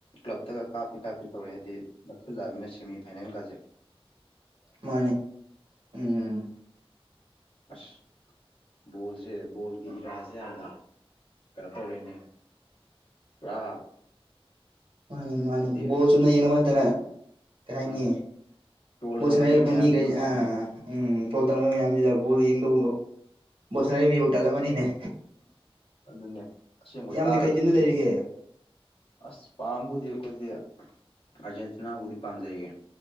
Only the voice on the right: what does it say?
ꯃꯥꯅꯤ ꯎꯝ
ꯃꯥꯅꯤ ꯃꯥꯅꯤ
ꯕꫭꯜ ꯆꯨꯝꯅ ꯌꯦꯡꯅꯕ ꯅꯠꯇꯅꯥ ꯀꯩꯍꯥꯏꯅꯤ
ꯕꫭꯜ
ꯁꯅꯔꯤꯕ
ꯃꯤꯒꯩ ꯑꯥ ꯎꯝ ꯇ꯭ꯔꯣꯜ ꯇꯧꯅꯩ ꯃꯌꯥꯝꯁꯤꯗ ꯕꯣꯜ ꯌꯦꯡꯗꯧꯕꯧ ꯕꯣꯜ ꯁꯥꯟꯅꯔꯤ ꯃꯤꯕꯨ ꯇꯜꯂꯝꯃꯅꯤꯅꯦ
ꯏꯌꯥꯝꯕꯗꯤ
ꯀꯩ ꯇꯤꯝꯗ ꯂꯩꯔꯤꯒꯦ